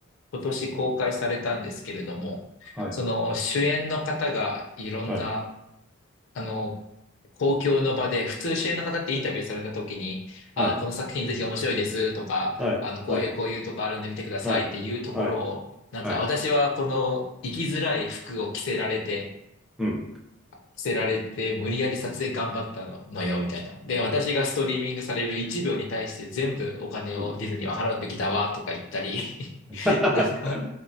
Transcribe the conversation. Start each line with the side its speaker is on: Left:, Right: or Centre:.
Left: 今年公開されたんですけれども、
Centre: はい。
Left: その主演の方がいろんな、
Centre: はい。
Left: あの、公共の場で、普通支援の方ってインタビューされた時に、
Centre: はい。
Left: あー、この作品ぜひ面白いですとか、
Centre: はい。
Left: あの、こういうこういうとこあるんで見てくださいっていうところを、
Centre: はい。はい。はい。
Left: なんか私はこの生きづらい服を着せられて、
Centre: はい。うん。
Left: 着せられて、無理やり撮影頑張ったの、のよ、みたいな。で、私がストリーミングされる1秒に対して全部お金をディズニーは払うべきだわ、
Centre: うん、
Left: とか言ったり、<laughs>
Centre: <laughs>
Left: なんか、